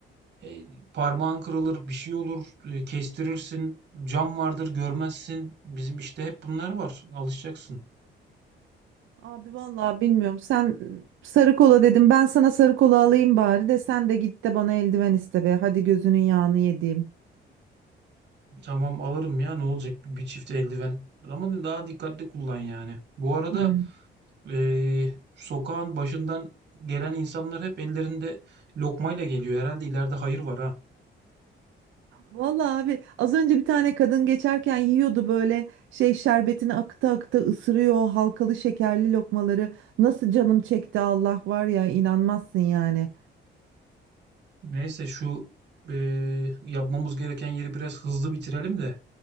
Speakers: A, on the right; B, on the right.
A: e, parmağın kırılır, bir şey olur, e, kestirirsin, cam vardır görmezsin. Bizim işte hep bunlar var. Alışacaksın.
B: Abi vallahi bilmiyorum. Sen sarı kola dedim. Ben sana sarı kola alayım bari de sen de git de bana eldiven iste be. Hadi gözünün yağını yediğim.
A: Tamam alırım ya ne olacak bir çift eldiven. Ama daha dikkatli kullan yani. Bu arada
B: Yani.
A: eee, sokağın başından gelen insanlar hep ellerinde lokmayla geliyor. Herhalde ileride hayır var ha.
B: Vallahi abi az önce bir tane kadın geçerken yiyordu böyle şey şerbetini akıta akıta ısırıyor o halkalı şekerli lokmaları. Nasıl canım çekti Allah var ya inanmazsın yani.
A: Neyse şu eee, yapmamız gereken yeri biraz hızlı bitirelim de.